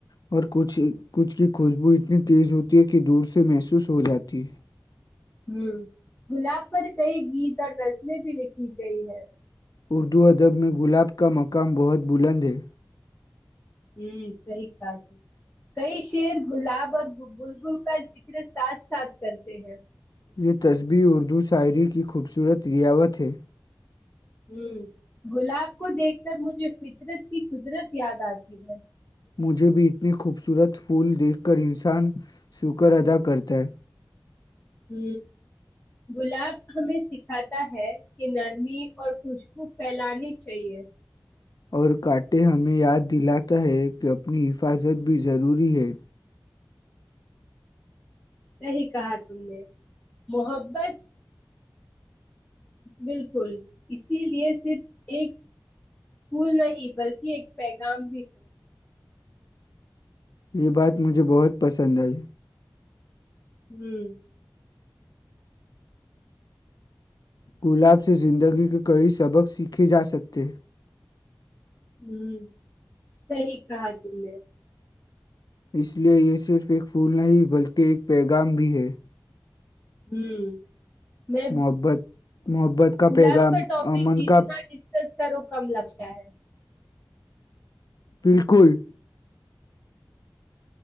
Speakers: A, on the left; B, on the left.
A: اورھ کچھ کی خوشبو اتنی تیز ہوتی ہے کہ دور سے محسوس ہو جاتی ہے
B: ہ گلاب پر کئی گیت اور رسمیں بھی لکھی گئی ہے
A: اردو ادب میں گلاب کا مقام بہت بلند ہے
B: ہوں صحیح کہات ہے کئی شیر گلاب اور بلبل کا ذکر ساتھ ساتھ کرتے ہیں
A: یہ تصبی اردو شاعری کی خوبصورت ریاوت ہے
B: ہ گلاب کو دیکھ کر مجھے فطرت کی قدرت یاد آتی ہے
A: مجھے بھی اتنی خوبصورت پھول دیکھ کر انسان شکر ادا کرتا ہے
B: ہ گلاب ہمیں سکھاتا ہے کہ نرمی اور خوشبو پھیلانی چاہیے
A: اور کٹے ہمیں یاد دلاتا ہے کہ اپنی حفاظت بھی ضروری ہے
B: صحی کہا تم نے محبت بالکل اسی لیے صرف ایک پھول نہیں بلکہ ایک پیغام بھی ہے
A: یہ بات مجھے بہت پسند آئی
B: ہوں
A: گلاب سے زندگی کے کئی سبق سیکھے جا سکتے
B: ہوں صحیح کہا تم نے
A: اس لیے یہ صرف ایک پھول نہیں بلکہ ایک پیغام بھی ہے
B: ہوں میں
A: محبت محبت
B: گلاب
A: پیغام
B: کا ٹاپک
A: امن
B: جتنا
A: کا
B: ڈسکس کرو کم لگتا ہے
A: بالکل